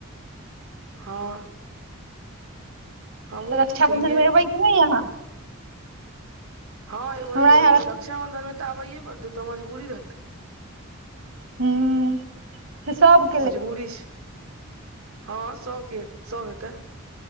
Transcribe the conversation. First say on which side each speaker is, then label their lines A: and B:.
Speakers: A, on the right; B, on the right.
A: हँ हमहुँ
B: रक्षाबंधन
A: उठेलियै
B: में एबै की नय अहाँ
A: हँ एबै
B: हमरा
A: जरूरी
B: यहाँ
A: रक्षाबन्धन में तऽ आबैयए पड़तै तऽ मजबूरी रहतै
B: हूं से सब
A: मजबूरी छै हँ सबके सब एतै